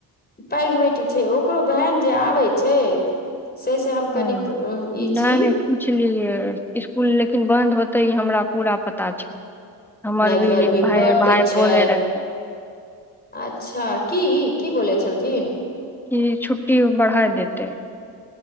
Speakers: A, on the left; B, in the centre.
A: पैघ बेटी छै ओकरो बहैन जे आबै छै से से हम
B: हँ
A: कनिक
B: नहि
A: ई छी
B: नहि पुछलियै स्कूल लेकिन बन्द होतै ई हमरा पूरा पता छै हमर
A: नहि
B: भी
A: गर्मी
B: भाय
A: बड्ड
B: भाय
A: छै
B: बोले रहे
A: अच्छा की की बोलै छलथिन
B: कि छुट्टी बढ़ाइ देतेै